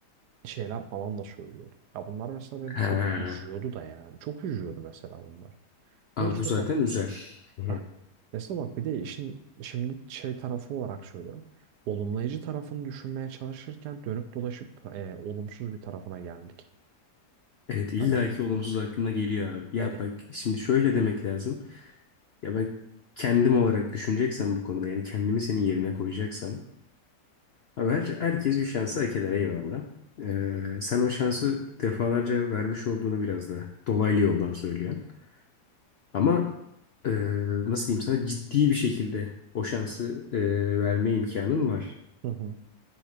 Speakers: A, on the right; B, on the left.
A: şeyler falan da söylüyordu. Ya bunlar mesela beni
B: He.
A: çok üzüyordu da yani çok üzüyordu mesela bunlar.
B: Abi
A: Ve işte
B: bu zaten üzer. <laughs>
A: Heh. Mesela bak bir de işin şimdi şey tarafı olarak söylüyorum. Olumlayıcı tarafını düşünmeye çalışırken dönüp dolaşıp e, olumsuz bir tarafına geldik.
B: Evet illaki
A: Hani
B: olumsuz aklına geliyor abi. Ya
A: Evet.
B: bak şimdi şöyle demek lazım. Ya bak kendim olarak düşüneceksem bu konuda yani kendimi senin yerine koyacaksam. Abi her, herkes bir şansı hak eder eyvallah. Ee, sen o şansı defalarca vermiş olduğunu biraz da dolaylı yoldan söylüyorsun. Ama e, nasıl diyeyim sana ciddi bir şekilde o şansı e, verme imkanın var.
A: Hı hı.